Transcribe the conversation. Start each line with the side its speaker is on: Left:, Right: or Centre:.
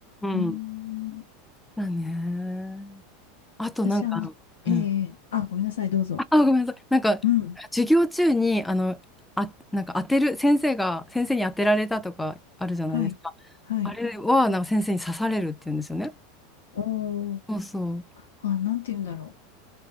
Centre: ん。
Left: ねー、
Centre: だね。あとなんか、
Left: 私、あの、ええええあ、
Centre: うん
Left: ごめんなさい、どうぞ。
Centre: あ、ごめんなさい。なんか、
Left: うん。
Centre: 授業中に、あの、あ、なんか当てる、先生が、先生に当てられたとかあるじゃないですか。
Left: はい。はい。
Centre: あれは、なんか先生に刺されるって言うんですよね。
Left: おー。
Centre: そうそう。
Left: あ、なんて言うんだろ